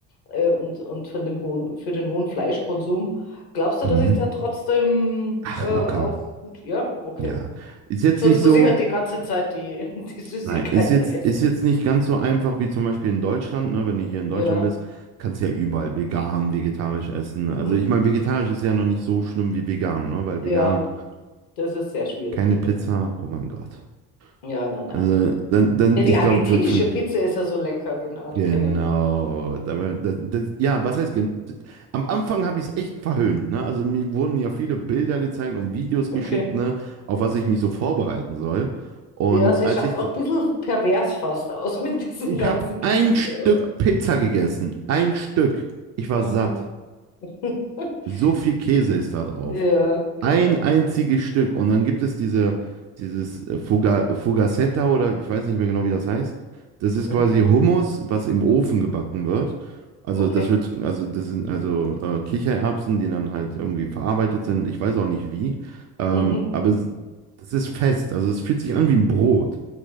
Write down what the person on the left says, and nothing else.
äh, und, und von dem hohen, für den hohen Fleischkonsum. Glaubst
du, dass ich da trotzdem
äh, auch
gut, ja? Okay.
Sonst
muss
ich halt die ganze Zeit die, <laughs> die Süßigkeiten
essen.
Ja.
Mhm.
Ja,
das ist sehr schwierig,
genau.
Ja, nein, nein.
Ja, die
argentinische
Pizza ist ja so lecker, genau, die
kenne ich nicht.
Okay.
Ja, sie
schaut
auch ein bisschen pervers fast aus <laughs> mit diesem
ganzen
Käse,
oder?
Mhm.
<laughs>
Ja, genau.
Mhm.
Okay.
Mhm.